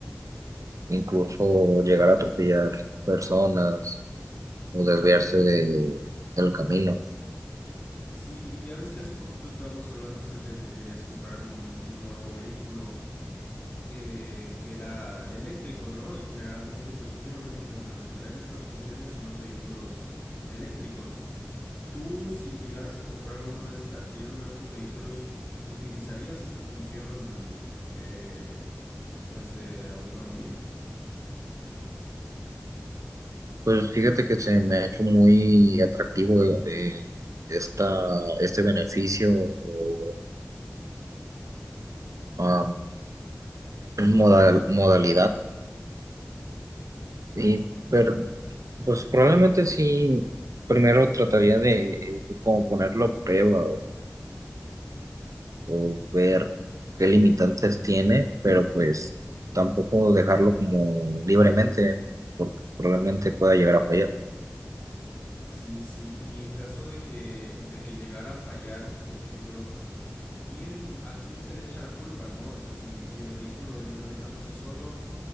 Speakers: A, on the right (about 85°); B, on the left (about 35°).
A: incluso llegar a atropellar personas o desviarse de- del camino.
B: Sí, y ya ves que hace poquito estábamos hablando acerca de que te querías comprar un, un nuevo vehículo. eh, que era eléctrico, ¿no? Y generalmente, pues últimamente como que los que traen estas funciones son los vehículos eléctricos. Tú, si llegaras a comprar uno de, est- adquirir uno de estos vehículos, ¿utilizarías esta función, eh, pues, de autonomía?
A: Pues fíjate que se me ha hecho muy atractivo eh, esta, este beneficio o am, modal- modalidad. Y, pero, pues probablemente sí, primero trataría de eh, como ponerlo a prueba o, o ver qué limitantes tiene, pero pues tampoco dejarlo como libremente, porque probablemente pueda llegar a fallar.
B: Sí, sí, y en caso de que, de que llegara a fallar, por ejemplo, ¿quién, a quién se le echa la culpa, no? O sea, si, si el vehículo venía manejándose solo